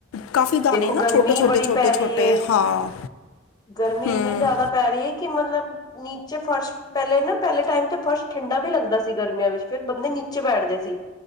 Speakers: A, on the left; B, on the left.
A: ਕਾਫੀ ਦਾਣੇ
B: ਦੇਖੋ
A: ਨਾ
B: ਗਰਮੀ
A: ਛੋਟੇ ਛੋਟੇ
B: ਬੜੀ
A: ਛੋਟੇ
B: ਪੈ ਰਹੀ
A: ਛੋਟੇ
B: ਹੈ
A: ਹਾਂ
B: ਗਰਮੀ
A: ਹੂੰ
B: ਇੰਨੀ ਜ਼ਿਆਦਾ ਪੈ ਰਹੀ ਹੈ ਕਿ ਮਤਲਬ ਨੀਚੇ ਫਰਸ਼ ਪਹਿਲੇ ਨਾ ਪਹਿਲੇ ਟਾਈਮ ਤੇ ਫਰਸ਼ ਠੰਡਾ ਵੀ ਲੱਗਦਾ ਸੀ ਗਰਮੀਆਂ ਵਿੱਚ। ਫਿਰ ਬੰਦੇ ਨੀਚੇ ਬੈਠਦੇ ਸੀ।